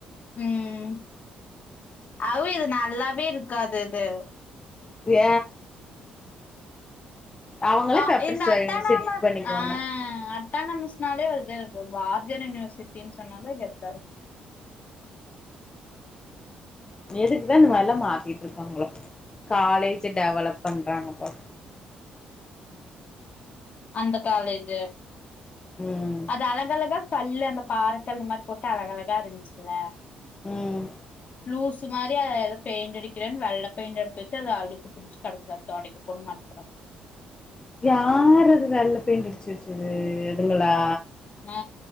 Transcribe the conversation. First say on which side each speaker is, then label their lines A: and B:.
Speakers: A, on the left (about 50°); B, on the left (about 25°).
A: ம் அவியல் நல்லாவே இருக்காது அது
B: ஏ அவங்களே
A: ஆ
B: பேப்பர்
A: இந்த
B: ச
A: அட்டானாமஸ்
B: செட் பண்ணிக்குவாங்க
A: ஆ அட் அட்டானமஸ்னாலே வே வ பாரதியார் யூனிவர்சிட்டினு சொன்னாலே கெத்தா இருக்கு
B: எதுக்குதா இந்த மாரிலா மாத்திட்ருக்காங்களோ காலேஜு டெவலப் பண்றாங்க போல
A: அந்த காலேஜு
B: ம்
A: அது அழகழகா கல்லு அந்த பாறக்கல் இந்த மாரி போட்டு அழகழகா இருந்துச்சுல
B: ம்
A: லூசு மாதி அத எதோ பெயிண்ட் அடிக்கிறேன் வெள்ள பெயிண்ட் எடுத்து வெச்சு அது அழுக்கு புடுச்சு கெடக்கு அத்தா அடிக்கக் கூட மாட்டிக்கிறாங்க
B: யாரது வெள்ள பெயிண்ட் அடிச்சு வெச்சது ம் இதுங்களா
A: ஆ